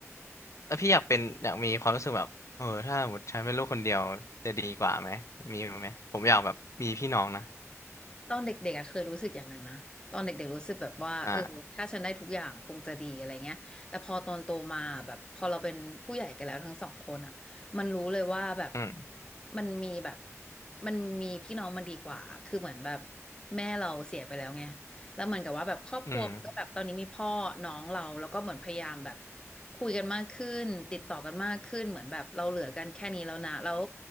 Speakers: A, on the left (about 70°); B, on the left (about 15°).
A: แล้วพี่อยากเป็นอยากมีความรู้สึกแบบเออถ้าสมมติฉันเป็นลูกคนเดียวจะดีกว่าไหมมีไหมผมอยากแบบมีพี่น้องนะ
B: ตอนเด็กๆอะเคยรู้สึกอย่างนั้นนะ ตอนเด็กๆรู้สึกแบบว่าเออถ้าฉันได้ทุกอย่างคงจะดีอะไรเงี้ยแต่พอตอนโตมาแบบพอเราเป็นผู้ใหญ่กันแล้วทั้งสองคนอ่ะมันรู้เลยว่าแบบ
A: อ่าอืม
B: มันมีแบบมันมีพี่น้องมันดีกว่าคือเหมือนแบบแม่เราเสียไปแล้วไงแล้วเหมือนกับว่าแบบครอบครัวมันก็แบบตอนนี้มีพ่อน้องเราแล้วก็เหมือนพยายามแบบ
A: อืม
B: คุยกันมากขึ้นติดต่อกันมากขึ้นเหมือนแบบเราเหลือกันแค่นี้แล้วนะแล้ว